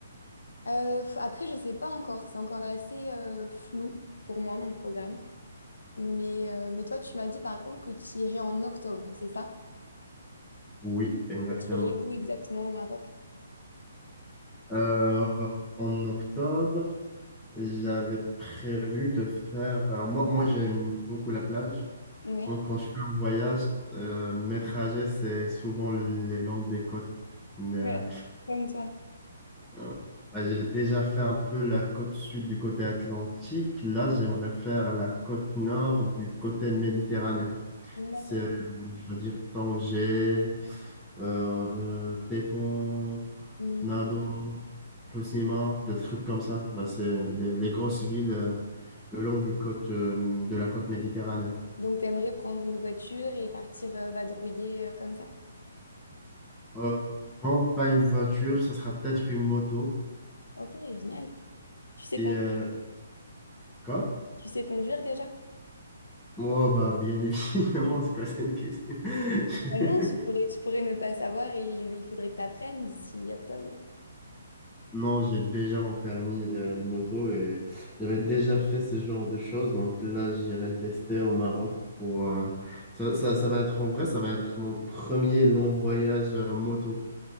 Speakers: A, on the left; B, in the centre.
A: euh, f- après, je sais pas encore. C'est encore assez euh, flou pour moi, mon programme. Mais, euh, mais toi, tu m'as dit par contre que tu irais en octobre, c'est ça?
B: Oui, exactement.
A: Et tu irais où exactement au Maroc?
B: Euh, en octobre, j'avais prévu de faire. euh, moi, moi j'aime beaucoup la plage.
A: ouais
B: Donc, quand je fais un voyage, euh, mes trajets, c'est souvent les longs des côtes. Mais, euh,
A: Ouais, comme toi.
B: euh, bah, j'ai déjà fait un peu la côte sud du côté atlantique. Là, j'aimerais faire la côte nord du côté méditerranéen.
A: D'accord.
B: C'est, euh, je veux dire, Tanger, euh, Tétouan,
A: Hmm.
B: Nado, Hoceima, des trucs comme ça. Bah, c'est les, les grosses villes euh, le long du côte, euh, de la côte méditerranéenne.
A: Donc, t'aimerais prendre une voiture et partir euh, vadrouiller euh, comme ça?
B: Euh, non, pas une voiture, ça sera peut-être une moto.
A: Ok, génial. Tu sais
B: Et
A: conduire,
B: euh, quoi?
A: tu sais conduire déjà?
B: Oh, bah, bien <laughs> évidemment, c'est quoi cette question? <laughs>
A: Bah non, tu pourrais, tu pourrais ne pas savoir et il, il faudrait que tu apprennes d'ici octobre.
B: Non, j'ai déjà mon permis euh, de moto et j'avais déjà fait ce genre de choses. Donc là, j'irai le tester au Maroc pour... euh, ça, ça, ça va être en vrai, ça va être mon premier long voyage euh, moto